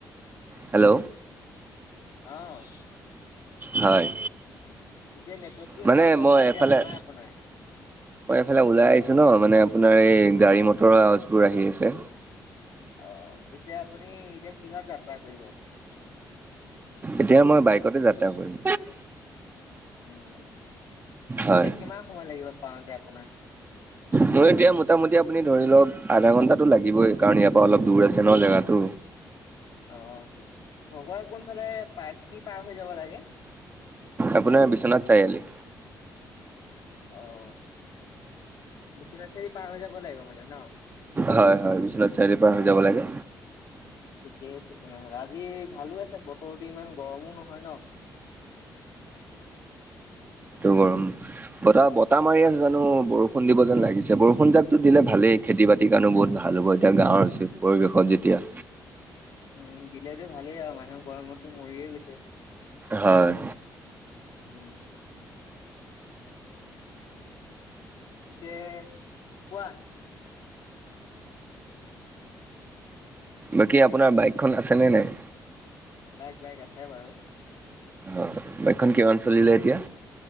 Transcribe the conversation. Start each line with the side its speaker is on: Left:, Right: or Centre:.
Right: হেল্ল'
Left: উ, অ'।
Right: হয়।
Left: পিছে নেটৱৰ্কটো
Right: মানে
Left: ইমানটা
Right: মই
Left: ভালকে
Right: এফালে
Left: আহা নাই আপোনাৰ।
Right: মই এইফালে ওলাই আহিছো ন মানে আপোনাৰ এই গাড়ী মটৰ অৱজবোৰ আহি আছে।
Left: অ', পিছে আপুনি এতিয়া কিহত যাত্ৰা কৰিব?
Right: এতিয়া মই বাইকতে যাত্ৰা কৰিম।
Left: উম, পিছে
Right: হয়
Left: কিমান সময় লাগিব পাওঁতে আপোনাৰ?
Right: মোৰ এতিয়া মোটামুটি আপুনি ধৰি লওণক আধা ঘন্টাটো লাগিবই। কাৰণ ইয়াৰ পৰা অলপ দূৰ আছে ন জেগাতটো।
Left: অ', ভবাই কোনফালে পাৰ কি পাৰ হৈ যাব লাগে?
Right: আপোনাৰ বিশ্বনাথ চাৰিআলি?
Left: অ', বিশ্বনাথ চৰিআলি পাৰ হৈ যাব লাগিব মানে ন?
Right: হয় হয় বিশ্বনাথ চাৰিআলিৰ পৰা হৈ যাব
Left: উম,
Right: লাগে
Left: ঠিকে আছে তেনেহ'লে আজি ভালো আছে বতৰ ইমান গৰমো নহয় ন।
Right: টো গৰম বতাহ বতাহ মাৰি আছে জানো বৰষুণ দিব যেন লাগিছ বৰষুণ জাকতো দিলে ভালেই খেতি বাতি কাৰণো বহুত ভাল। এতিয়া গাঁৱৰ হৈছে পৰিৱেশত যেতিয়া
Left: উম, দিলেতো ভালেই আৰু মানুহে গৰমতো মৰিয়ে গৈছে।
Right: হয়।
Left: উম। পিছে কোৱা।
Right: বাকী আপোনাৰ বাইকখন আছেনে নাই?
Left: বাইক বাইক আছে বাৰু।
Right: অ', বাইকখন কিমান চলিলে এতিয়া?